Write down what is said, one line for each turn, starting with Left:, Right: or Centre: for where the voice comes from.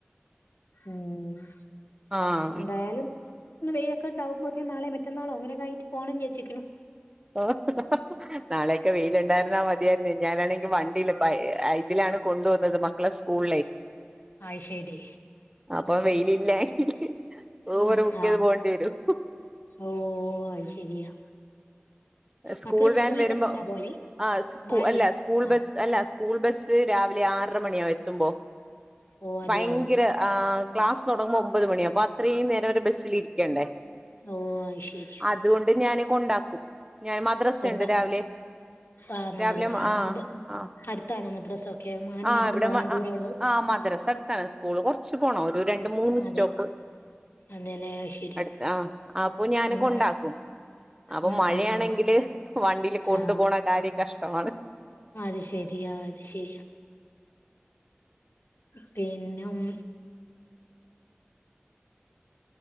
Left: മ്മ്
Right: ആഹ്
Left: എന്തായാലും ന്ന് വെയ്ലൊക്കെ ണ്ടാാവുമ്പോത്തിന് നാളെ മറ്റെന്നാളോ അങ്ങനെക്കായ്ട്ട് പോണം വിചാര്ച്ച്ക്ക്ണ്
Right: ഓ <unintelligible> നാളെയൊക്കെ വെയില്ണ്ടായിരുന്നാ മതിയായ്ര്ന്നു ഞാനാണെങ്കി വണ്ടീൽ അയ്ജ്ലാണ് കൊണ്ടോ ന്നത് മക്കളെ സ്കൂള്ലേ
Left: അയ് ശരി
Right: അപ്പൊ വെയ്ലില്ലാങ്കി ഊബർ
Left: ഉം
Right: ബുക്കെയ്ത്
Left: ആഹ്
Right: പോണ്ട്യരും
Left: ഓ അയ് ശരിയാ
Right: സ്കൂൾ
Left: മക്കള് സ്കൂളിൽ
Right: വാൻ വരുമ്പോ
Left: ബസ്സിനാ പോവല്
Right: ആ സ്കൂ
Left: വാനില
Right: അല്ല സ്കൂൾ
Left: ആഹ്
Right: ബസ് അല്ല സ്കൂൾ ബസ്സ് രാവിലെ ആറര മണിയാവും എത്തുമ്പോ
Left: ഓ അതെയോ
Right: ഭയ്ങ്കര ആ ക്ലാസ് തൊടങ്ങുമ്പൊമ്പത് മണിയാവും അപ്പോ അത്രേം നേരം അവര് ബസ്സ്ല് ക്കണ്ടേ
Left: ഓ അയ് ശരി
Right: അത്കൊണ്ട് ഞാൻ കൊണ്ടാ ഞാൻ മദ്രസണ്ട്
Left: കൊണ്ട
Right: രാവിലെ
Left: ആഹ് മദ്രസ
Right: രാവിലെ ആ
Left: മദ്
Right: ആ
Left: അടുത്താണോ മദ്രസൊക്കെ അങ്ങനെ
Right: ആ
Left: നടന്നു
Right: ഇവിടെ
Left: പോവാൻ ദൂരൊള്ളൂ
Right: ആ മദ്രസ അട്ത്താണ് സ്കൂൾ കൊറ്ച്ച് പോണം ഒരണ്ട് മൂന്ന്
Left: അതെ
Right: സ്റ്റോപ്പ്
Left: അതെല്ലേ അയ് ശരി
Right: അട്ത്താ ആ അപ്പൊ ഞാൻ
Left: ഉം
Right: കൊണ്ടാക്കും അപ്പോ
Left: ഉം ഉം
Right: മഴയാണെങ്കിൽ
Left: ഉം ഉം
Right: ങ്കിൽ വണ്ടീൽ കൊണ്ടുപോണ
Left: ആഹ്
Right: കാര്യം കഷ്ടമാണ്
Left: അത് ശെരിയാ അത് ശരി പിന്നെ ഉം